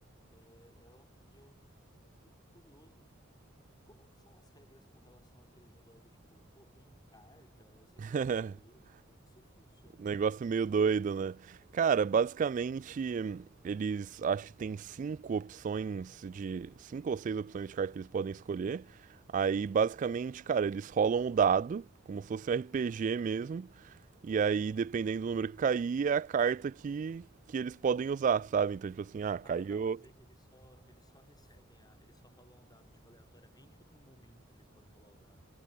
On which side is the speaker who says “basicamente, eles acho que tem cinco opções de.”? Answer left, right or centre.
Right